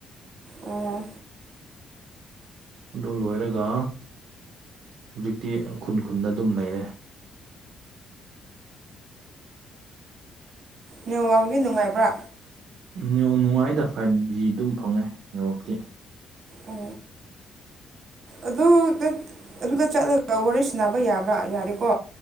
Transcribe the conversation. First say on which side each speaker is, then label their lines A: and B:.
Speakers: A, on the right; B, on the right.
A: ꯑꯣ
B: ꯑꯗꯨ ꯂꯣꯏꯔꯒ ꯍꯧꯖꯤꯛꯇꯤ ꯈꯨꯟ ꯈꯨꯟꯗ ꯑꯗꯨꯝ ꯂꯩꯔꯦ
A: ꯅꯦꯋꯥꯛꯇꯤ ꯅꯨꯡꯉꯥꯏꯕ꯭ꯔꯥ
B: ꯅꯨꯡ ꯅꯨꯡ ꯉꯥꯏꯗ ꯐꯥꯏꯞꯖꯤ ꯑꯗꯨꯝ ꯐꯪꯉꯦ ꯅꯦꯠꯋꯥꯛꯇꯤ
A: ꯎ ꯑꯗꯨ ꯑꯗꯨꯗ ꯆꯠꯂꯒ ꯋꯥꯔꯤ ꯁꯥꯟꯅꯅꯕ ꯌꯥꯕ꯭ꯔꯥ ꯌꯥꯔꯦꯀꯣ